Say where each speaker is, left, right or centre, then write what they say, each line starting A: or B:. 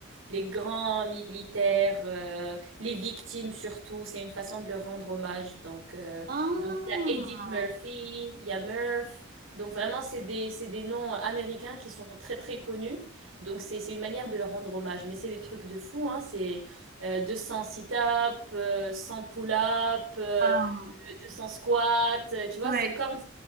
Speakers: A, on the right; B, on the right.
A: les grands militaires, euh, les victimes surtout. C'est une façon de leur rendre hommage. Donc. euh,
B: Ah.
A: donc, il y a Edith Murphy, il y a Murph. Donc, vraiment, c'est des, c'est des noms américains qui sont très, très connus. Donc, c'est c'est une manière de leur rendre hommage. Mais c'est des trucs de fou, hein. C'est euh, 200 sit-ups, euh, 100 pull-ups, euh,
B: Waouh.
A: 200 squats. euh, Tu vois,
B: Ouais.
A: c'est comme ça.